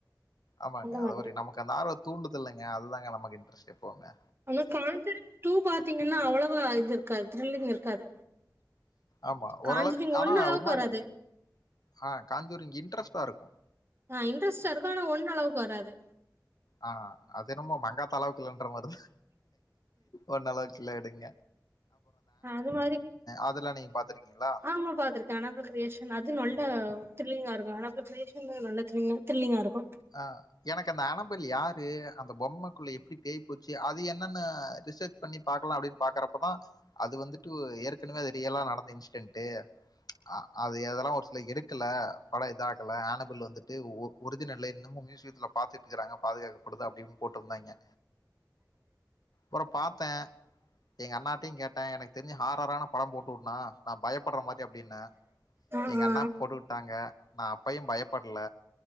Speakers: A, on the left; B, on the right.
A: ஆமாங்க
B: அந்த
A: அது
B: மாதிரி
A: ஒரு நமக்கு அந்த ஆர்வத் தூண்டுதுல்லங்க அதுதாங்க நமக்கு இன்ட்ரெஸ்ட் எப்பவுமே
B: ஆனா காஞ்சூரிங் டூ பாத்தீங்கன்னா அவ்வளவா இது இருக்காது த்ரில்லிங் இருக்காது.
A: ஆமா
B: காஞ்சரிங்
A: ஓரளவுக்
B: ஒன்
A: ஆனா
B: அளவுக்கு
A: ஒரு மாரி
B: வராது
A: ஆ காஞ்சூரின் இன் ன்ட்ரெஸ்டா இருக்கு
B: ஆ இன்ட்ரெஸ்ட்டா இருக்கு ஆனா ஒன் அளவுக்கு வராது.
A: ஆ அது என்னமோ மங்காத்த அளவுக்கில்லன்ற மாதிரிதா ஒன் அளவுக்குள்ள எடுங்க
B: அ அது மாரி
A: அதெல்லாம் நீங்க பார்த்துருக்கீங்களா?
B: ஆமா பாத்துருக்கே அனாபல் கிரியேஷன் அது நல்ல திரில்லிங்கா இருக் அனாபல் கிர்யேஷன் நல்ல திரில்லா திரில்லிங்கா இருக்கு
A: ஆ எனக்கு அந்த அனபல் யாரு அந்த பொம்மக்குள்ள எப்டி பேய் போச்சு அது என்னன்னு ரிசர்ச் பண்ணி பாக்கலா அப்டின் பாக்குறப்பதா அது வந்துட்டு ஏற்கனவே அது ரியலா நடந்த இன்சிடென்ட் அ அது எதெல்லா ஒரு சில எடுக்கல படோ இதாகல ஆனபில் வந்துட்டு ஒ ஒரிஜினலே இன்னமு மியூசியத்துல பாத்துட்டு இருக்கறாங்க பாதுகாக்கப்படுது அப்டின்னு போட்டுருந்தாங்கே. பெறோ பாத்த எங்க அண்ணாட்டயு கேட்ட எனக்கு தெரிஞ்சு ஹாரரான படம் போட்டு வுடுனா நா பயப்படுற மாதிரி அப்டின்னே
B: ஆ
A: எங்க
B: ஆ
A: அண்ணா போட்டுவுட்டாங்க நா அப்பயும் பயப்படல